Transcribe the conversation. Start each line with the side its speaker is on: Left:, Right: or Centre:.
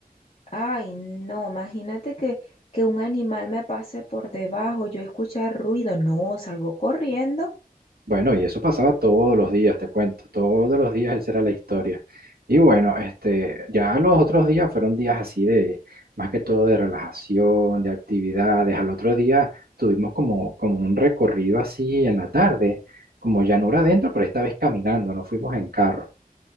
Left: Ay, no, imagínate que, que un animal me pase por debajo, yo escuchar ruido, no, salgo corriendo.
Right: Bueno, y eso pasaba todos los días, te cuento, todos los días esa era la historia. Y bueno, este, ya los otros días fueron días así de, más que todo de relajación, de actividades. Al otro día tuvimos como, como un recorrido así en la tarde, como llanura adentro, pero esta vez caminando, no fuimos en carro.